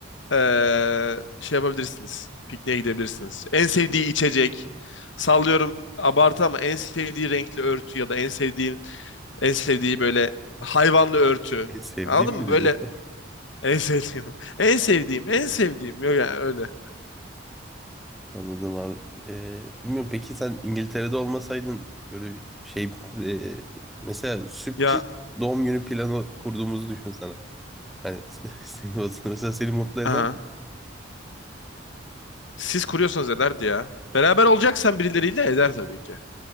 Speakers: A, on the left (about 70°); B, in the centre.
A: eee, şey yapabilirsiniz. Pikniğe gidebilirsiniz. En sevdiği içecek. Sallıyorum abartı ama en sevdiği renkli örtü ya da en sevdiğim en sevdiği böyle hayvanlı örtü.
B: en sevdiğim
A: Anladın
B: mi
A: mı? Böyle
B: dedin sen?
A: en sevdiğim. <laughs> En sevdiğim. En sevdiğim. Yok yani öyle.
B: Anladım abi. Ee, bilmiyorum peki sen İngiltere'de olmasaydın böyle bir şey e, mesela sürpriz
A: Ya
B: doğum günü planı kurduğumuzu düşün sana. Hani <laughs> seni o- mesela seni mutlu eder
A: aha.
B: mi?
A: Siz kuruyorsanız ederdi ya. Beraber olacaksan birileriyle eder tabii ki.